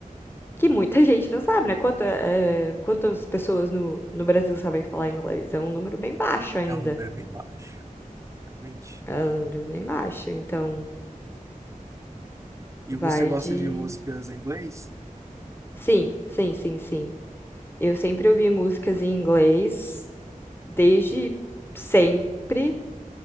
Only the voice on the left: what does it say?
Que muita gente não sabe, né? Quanta, eh, quantas pessoas no, no Brasil sabem falar inglês? É um número bem baixo ainda.
É um número bem baixo. Então,
vai
de.
Sim, sim, sim, sim. Eu sempre ouvi músicas em inglês, desde sempre.